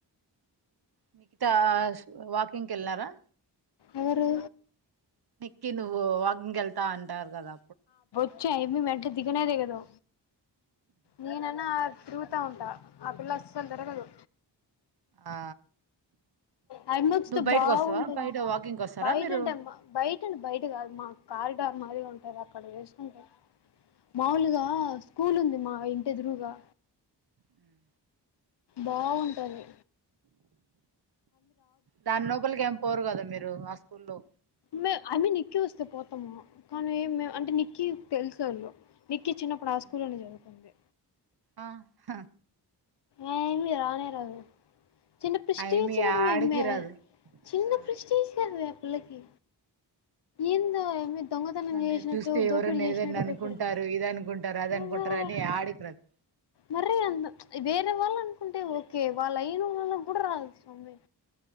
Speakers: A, on the right; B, on the left.
A: మీకిత వాకింగ్ వెళ్ళారా
B: ఎవరు
A: క నువ్వు వాకింగ్ వెళ్తా అంటారు కదా
B: వచ్చే ఆయమ్మీ మెట్లు దిగనేదిగదు నేనన్నా తిరుగుతా ఉంటా ఆ పిల్ల అస్సలు తిరగదు
A: ఆ
B: ఆయమ్మొచ్చితె
A: నువ్వు బయటకి
B: బాగుంటది
A: వస్తావా బయట వాకింగ్ వస్తారా
B: బయట
A: మీరు
B: అంటే మ బయట్ బయట కాదు మ కారిడారు మాదిర్ గా ఉంటది అక్కడ వేసుకుంట మాములుగా
A: ఆ!
B: స్కూల్ ఉంది మా ఇంటి ఎదురుగా
A: హ్మ్.
B: బాగు టాది
A: దాని లోపలికి ఏం పోరు గదా మీరు ఆ స్కూల్లో
B: న్ అని నిక్కీ వస్తే పోతాము మ కానీ ఎ అంటే నిక్కి తెల్సొళ్ళు కి చిన్నప్పుడు ఆ
A: హ్మ్.
B: స్కూల్లోనే చదువుకుంది
A: ఆ హ
B: ఆ యెమ్మి రానే రాదు చిన్న ప్రెస్టేజ్
A: అయమి
B: కాదు
A: ఆడికి
B: అ యెమ్మి
A: రాదు
B: చిన్న
A: ఆ!
B: ప్రెస్టేజ్ కాదయే ఆ పిల్లకి ఎందో ఆ యమ్మీ దొంగతనం
A: నన్ను
B: జేసినట్టు
A: చూస్తే ఎవరన్నా
B: దోపిడి చేసినట్టు
A: ఏదన్నా అనుకుంటారు
B: భయపడుతుంది
A: ఇది అనుకుంటారు అది
B: ఆ
A: అనుకుంటారు అని ఆడికి రాదు
B: మరి అన్న వేరే వాళ్ళు అనుకుంటే ఓకే వాళ్ళు అయిన వాళ్ళ కూడా రాదు స్వామి